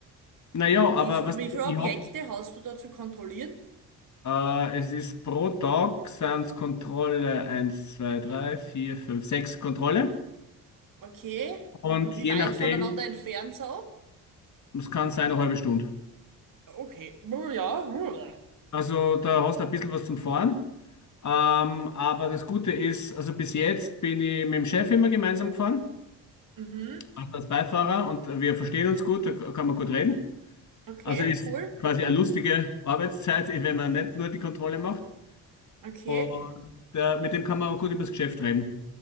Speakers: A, on the left; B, on the right.
A: Naja,
B: Wie,
A: aber
B: viel-
A: was
B: wie viele
A: ich
B: Objekte
A: hab,
B: hast du da zu kontrollieren?
A: äh, es ist pro Tag sind's Kontrolle eins, 2, 3, 4, 5, 6 Kontrolle.
B: Okay.
A: Und
B: Und wie
A: je
B: weit
A: nachdem,
B: voneinander entfernt so?
A: es kann sein eine halbe Stunde.
B: Okay. Brr, Ja. brr.
A: Also da hast du ein bisschen was zum Fahren. Ähm, aber das Gute ist, also bis jetzt bin ich mit dem Chef immer gemeinsam gefahren,
B: Mhm.
A: also als Beifahrer und wir verstehen uns gut, da kann man gut reden.
B: Okay,
A: Also ist
B: cool.
A: quasi eine lustige Arbeitszeit, <laughs> wenn man nicht nur die Kontrolle macht.
B: Okay.
A: Und äh, mit dem kann man auch gut über das Geschäft reden.